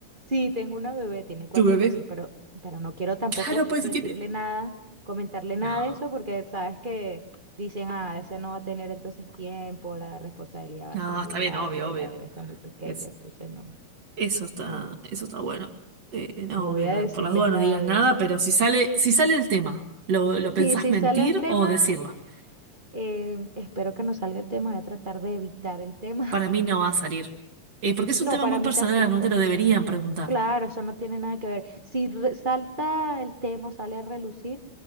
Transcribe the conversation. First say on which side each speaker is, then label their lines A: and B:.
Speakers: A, on the right; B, on the right.
A: Sí, tengo una bebé, tiene cuatro
B: tu bebé.
A: meses, pero, pero no quiero tampoco
B: Claro, pues
A: decirle
B: tiene.
A: nada, comentarle nada
B: No,
A: de eso, porque sabes que dicen, ah, ese no va a tener entonces tiempo, la responsabilidad va
B: no,
A: a ser muy
B: está
A: grande,
B: bien, obvio, obvio.
A: la bebé está muy pequeña,
B: Es,
A: entonces no,
B: eso está,
A: no,
B: eso está bueno. Eh, no,
A: no voy
B: obvio,
A: a
B: no,
A: decirles
B: por las dudas
A: nada
B: no digas
A: de
B: nada,
A: eso.
B: pero si sale, si sale el tema, ¿lo, lo pensás
A: Sí, si
B: mentir
A: sale el tema,
B: o decirla?
A: eh, espero que no salga el tema, voy a tratar de evitar el tema.
B: Para mí
A: <laughs>
B: no va a salir. Eh, porque es
A: No,
B: un tema
A: para
B: muy
A: mí
B: personal,
A: tampoco.
B: no te lo deberían preguntar.
A: Claro, eso no tiene nada que ver. Si re- salta el tema, o sale a relucir,